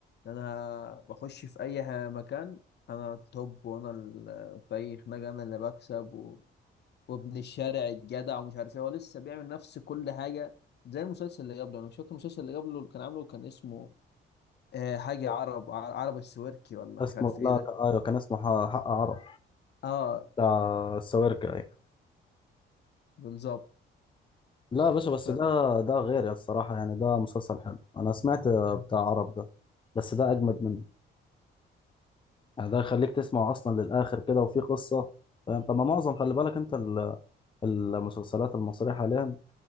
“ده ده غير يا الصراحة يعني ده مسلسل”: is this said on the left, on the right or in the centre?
Left